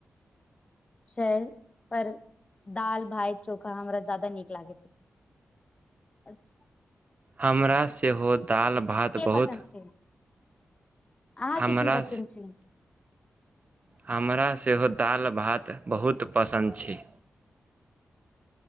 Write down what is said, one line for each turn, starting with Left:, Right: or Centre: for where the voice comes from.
Left: सलि पर दाल भाय चोखा हमरा जादा नीक लागै छथि अस
Right: हमरा सेहो दाल भात बहुत
Left: पसन्द छै अहाँके
Right: हमरा
Left: की पसन्द छै
Right: हमरा सेहो दाल भात बहुत पसन्द छै